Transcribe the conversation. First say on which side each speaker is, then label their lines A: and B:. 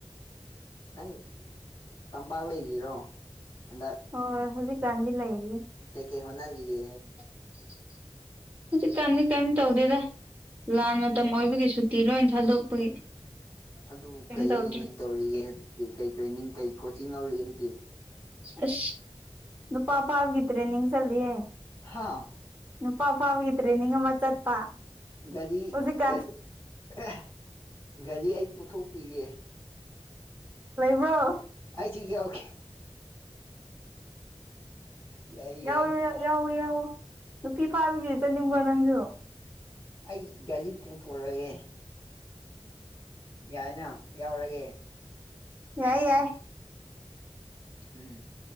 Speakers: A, on the left; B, on the right.
A: ꯅꯪ ꯇꯝꯄꯥꯛ ꯂꯩꯈꯤꯔꯣ ꯍꯟꯗꯛ
B: ꯍꯣꯏ ꯍꯧꯖꯤꯛ ꯀꯥꯟꯗꯤ ꯂꯩꯔꯤ
A: ꯀꯩ ꯀꯩ ꯍꯣꯠꯅꯔꯤꯒꯦ
B: ꯎ <unintelligible> ꯍꯧꯖꯤꯛꯀꯥꯟꯗꯤ ꯀꯩꯝ ꯇꯧꯗꯦꯗ ꯂꯥꯟ ꯃꯇꯝ ꯑꯣꯏꯕꯒꯤ ꯁꯨꯇꯤ ꯂꯣꯏ ꯊꯥꯗꯣꯛꯄꯒꯤ
A: ꯑꯗꯨ
B: ꯀꯩꯝ
A: ꯀꯩ
B: ꯇꯧꯗ꯭ꯔꯦ
A: ꯇꯧꯔꯤꯒꯦ ꯑꯗꯨꯗꯤ ꯀꯩ ꯇ꯭ꯔꯦꯅꯤꯡ ꯀꯩ ꯀꯣꯆꯤꯡ ꯂꯧꯔꯤꯒꯦ ꯑꯗꯨꯗꯤ
B: ꯑꯁ ꯅꯨꯄꯥ ꯐꯕꯒꯤ ꯇ꯭ꯔꯦꯅꯤꯡ ꯆꯜꯂꯤꯌꯦ
A: ꯍꯥꯥ
B: ꯅꯨꯄꯥ ꯐꯥꯕꯒꯤ ꯇ꯭ꯔꯦꯅꯤꯡ ꯑꯃ ꯆꯠꯄ
A: ꯒꯔꯤ
B: ꯍꯧꯖꯤꯛꯀꯥꯟ
A: ꯒ ꯑꯦ ꯒꯥꯔꯤ ꯑꯩ ꯄꯨꯊꯣꯛꯄꯤꯒꯦ ꯑꯦ
B: ꯂꯩꯕ꯭ꯔꯣ
A: ꯑꯩꯁꯨ ꯌꯧꯒꯦ ꯌꯥꯏ
B: ꯌꯥꯎ
A: ꯌꯥꯏ ꯅꯪ
B: ꯌꯥꯎꯋ ꯌꯥꯎꯋ ꯅꯨꯄꯤ ꯐꯥꯕꯒꯤ ꯆꯠꯅꯤꯡꯕ꯭ꯔꯣ ꯅꯪꯁꯨ
A: ꯑꯩ ꯒꯥꯔꯤ ꯄꯨꯊꯣꯛꯔꯒꯦ ꯌꯥꯏꯅ ꯌꯥꯎꯔꯒꯦ
B: ꯌꯥꯏ ꯌꯥꯏ
A: ꯎꯝ